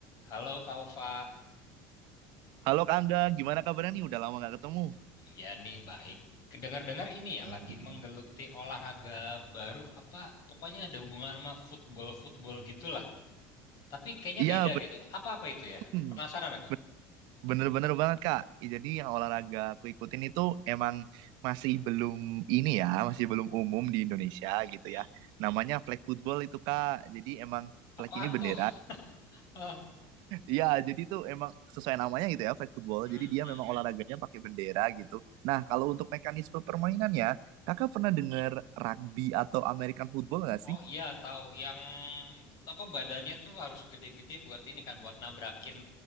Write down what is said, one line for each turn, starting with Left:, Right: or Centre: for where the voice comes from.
Left: Halo Kaufa,
Right: Halo Kak Angga, gimana kabarnya nih? Udah lama nggak ketemu.
Left: iya nih baik. Dengar-dengar ini ya
Right: Alhamdulillah.
Left: lagi menggeluti olahraga baru apa pokoknya ada hubungan sama football-football gitulah. Tapi kayaknya
Right: Iya,
Left: beda
Right: ben-
Left: gitu. Apa-apa itu ya?
Right: hmm,
Left: Penasaran aku.
Right: ben- bener-bener banget Kak. Jadi yang olahraga aku ikutin itu emang masih belum ini ya, masih belum umum di Indonesia gitu
Left: Hmm?
Right: ya. Namanya flag football itu Kak. Jadi emang flag
Left: Apaan
Right: ini bendera.
Left: tuh? Hah?
Right: Iya, jadi itu emang sesuai namanya gitu ya, flag football.
Left: Hmm,
Right: Jadi dia
Left: hmm.
Right: memang olahraganya pakai bendera gitu. Nah, kalau untuk mekanisme permainannya, Kakak pernah dengar rugby atau American football nggak sih?
Left: Oh iya tahu yang apa badannya tuh harus gede-gede buat ini kan buat nabrakin